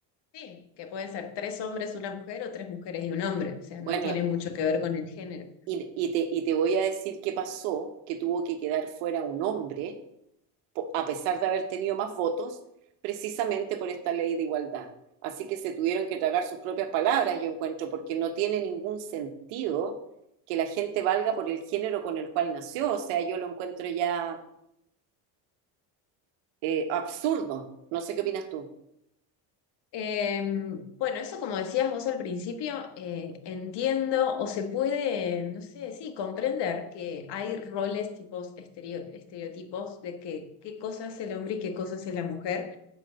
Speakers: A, on the left; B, on the right.
A: Sí, que pueden ser tres hombres, una mujer o tres mujeres y un hombre, o sea,
B: Bueno,
A: no tiene mucho que ver con el género.
B: Y, y te, y te voy a decir qué pasó, que tuvo que quedar fuera un hombre, po- a pesar de haber tenido más votos, precisamente por esta ley de igualdad. Así que se tuvieron que tragar sus propias palabras, yo encuentro, porque no tiene ningún sentido que la gente valga por el género con el cual nació. O sea, yo lo encuentro ya eh, absurdo. No sé qué opinas tú.
A: Eh, bueno, eso como decías vos al principio, eh, entiendo o se puede, no sé, sí, comprender que hay roles, tipos, estereo- estereotipos de que qué cosa es el hombre y qué cosa es la mujer